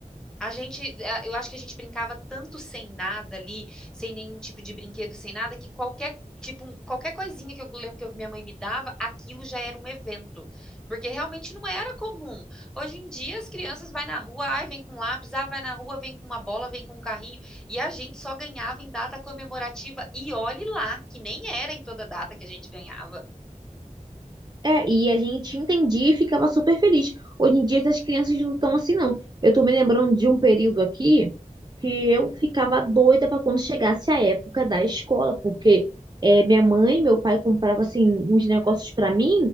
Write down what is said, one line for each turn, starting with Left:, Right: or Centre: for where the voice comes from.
Centre: A gente, a- eu acho que a gente brincava tanto sem nada ali, sem nenhum tipo de brinquedo, sem nada, que qualquer tipo, um- qualquer coisinha que eu lembro que eu- minha mãe me dava, aquilo já era um evento, porque realmente não era comum. Hoje em dia as crianças vai na rua, ai, vem com lápis, ah, vai na rua, vem com uma bola, vem com um carrinho, e a gente só ganhava em data comemorativa e olhe lá, que nem era em toda data que a gente ganhava.
Right: É, e a gente entendia e ficava super feliz. Hoje em dia as crianças não estão assim, não. Eu tô me lembrando de um período aqui que eu ficava doida para quando chegasse a época da escola, porque é, minha mãe e meu pai compravam assim uns negócios para mim